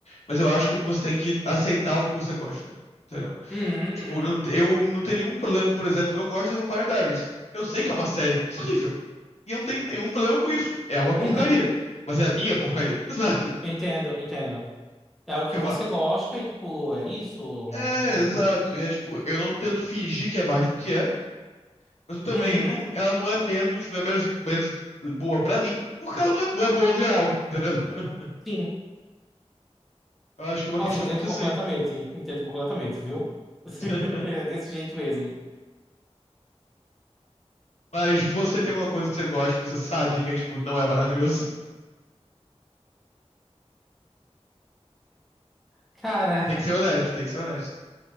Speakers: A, on the left (about 75°); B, in the centre.
A: mas eu acho que você tem que aceitar o que você gosta. entendeu?
B: Uhum,
A: Tipo,
B: uhum.
A: não- eu não tenho nenhum problema, por exemplo, eu gosto de Vampire Diaries. Eu sei que é uma série horrível. E eu não tenho nenhum problema com isso. É uma porcaria.
B: Uhum.
A: Mas é a minha porcaria, <laughs> sabe?
B: Entendo, entendo. É o que
A: Eu,
B: você
A: a-
B: gosta e, tipo, é isso? Hum.
A: é, exato. E é tipo, eu não tento fingir que é mais do que é, mas eu também
B: Uhum,
A: não, ela não é menos, não é menos, menos boa pra mim, porque ela não é, não é boa no geral, entendeu? <laughs>
B: sim.
A: Eu acho que é uma
B: Nossa,
A: questão
B: entendo
A: muito
B: completamente.
A: assim.
B: Entendo completamente, viu? <laughs>
A: <laughs>
B: É desse jeito mesmo.
A: Mas você tem uma coisa que você gosta, você sabe que é, tipo, não é maravilhoso.
B: Cara,
A: Tem que ser honesto, tem que ser honesto.